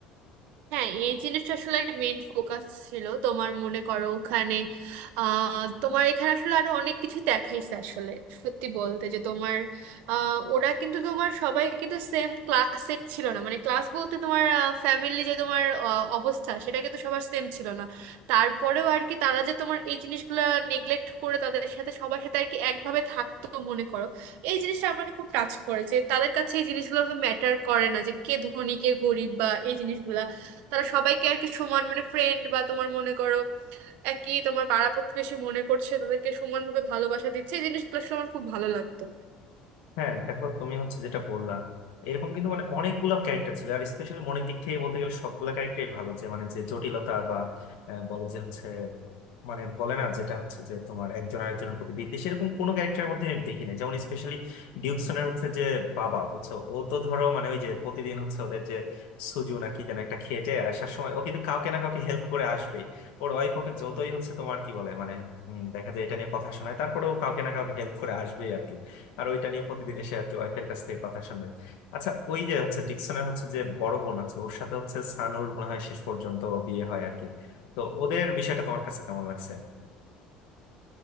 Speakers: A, on the right; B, on the left.
A: হ্যাঁ এই জিনিসটা আসলে মেইন ফোকাস ছিল তোমার মনে করো ওখানে আহ তোমার এখানে আসলে আরো অনেক কিছু দেখাইছে আসলে সত্যি বলতে যে তোমার আহ, ওরা কিন্তু তোমার সবাই কিন্তু সেম ক্লাসের ছিল না মানে ক্লাস বলতে তোমার ফ্যামিলি যে তোমার আহ, অবস্থা সেটা কিন্তু সবার সেম ছিল না তারপরেও আর কি তারা যে তোমার এই জিনিসগুলো নেগলেক্ট করে তাদের সাথে সবার সাথে আর কি একভাবে থাকতো মনে করো এই জিনিসটা আমাকে খুব টাচ করেছে তাদের কাছে এই জিনিসগুলো ম্যাটার করে না যে কে ধনী কে গরিব বা এই জিনিসগুলা তারা সবাইকে আর কি সমান মানে ফ্রেন্ড বা তোমার মনে করো একই তোমার পাড়া প্রতিবেশী মনে করছে তাদেরকে সমানভাবে ভালোবাসা দিচ্ছে এই জিনিসগুলো আসলে আমার খুব ভালো লাগতো
B: হ্যাঁ দেখো তুমি হচ্ছে যেটা বললা এরকম কিন্তু মানে অনেকগুলো ক্যারেক্টার ছিল আর স্পেশালি মনের দিক থেকে বলতে গেলে সবগুলো ক্যারেক্টারই ভালো যে মানে যে জটিলতা বা আহ, বলে যে হচ্ছে মানে বলে না যেটা হচ্ছে যে তোমার একজন আরেকজনের প্রতি বিদ্বেষ এরকম কোনো ক্যারেক্টারের মধ্যে আমি দেখি না যেমন স্পেশালি ডিউকসনের হচ্ছে যে বাবা বুঝছো ও তো ধরো মানে ওই যে প্রতিদিন হচ্ছে ওদের যে সুজু নাকি যেন একটা খেটে আসার সময় ও কিন্তু কাউকে না কাউকে হেল্প করে আসবেই ওর ওয়াইফ ওকে যতই হচ্ছে তোমার কি বলে মানে উম, দেখা যায় এটা নিয়ে কথা শোনায় তারপরে ও কাউকে না কাউকে হেল্প করে আসবেই আর কি আর ওইটা নিয়ে প্রতিদিন এসে আর কি ওয়াইফের কাছ থেকে কথা শুনে আচ্ছা ওই যে হচ্ছে ডিকসনের হচ্ছে যে বড় বোন আছে ওর সাথে হচ্ছে সানুর মনে হয় শেষ পর্যন্ত বিয়ে হয় আর কি তো ওদের বিষয়টা তোমার কাছে কেমন লাগছে